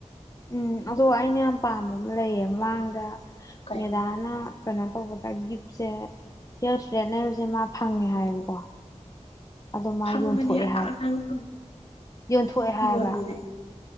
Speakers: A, on the left; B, on the left.
A: ꯎꯝ ꯑꯗꯣ ꯑꯩꯅ ꯌꯥꯝ ꯄꯥꯝꯕ ꯑꯃ ꯂꯩꯌꯦ ꯃꯃꯥꯡꯗ
B: ꯀꯩ
A: ꯃꯦꯗꯥꯅ ꯀꯩꯅꯣ ꯇꯧꯕꯗ ꯒꯤꯐꯁꯦ ꯍꯤꯌꯔꯁ ꯔꯦꯠꯅꯔꯁꯦ ꯃꯥ ꯐꯪꯉꯦ ꯍꯥꯏꯌꯦꯕꯀꯣ ꯑꯗꯣ ꯃꯥ
B: ꯐꯪꯕꯅꯦ
A: ꯌꯣꯟꯊꯣꯛꯑꯦ
B: ꯑꯇꯥꯡ
A: ꯍꯥꯏ
B: ꯑꯊꯥꯡꯕ ꯐꯪꯕ
A: ꯌꯣꯟꯊꯣꯛꯑꯦ ꯍꯥꯏꯌꯦꯕ
B: ꯌꯣꯜꯂꯨꯅꯦ